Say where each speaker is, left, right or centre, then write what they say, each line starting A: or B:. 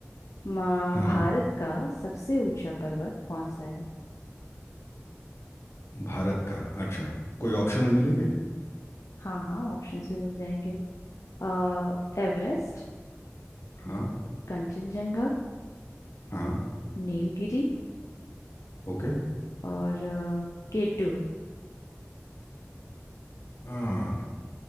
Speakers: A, on the left (about 85°); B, on the left (about 60°).
A: माँ
B: हाँ
A: भारत का सबसे ऊंचा पर्वत कौन सा है
B: भारत का अच्छा कोई ऑप्शंस मिलेंगे
A: हाँ हाँ ऑप्शंस भी मिल जाएंगे अ, एवरेस्ट
B: हाँ
A: कंचनजंगा
B: हाँ
A: नीलगिरी
B: ओके
A: और केटू
B: हाँ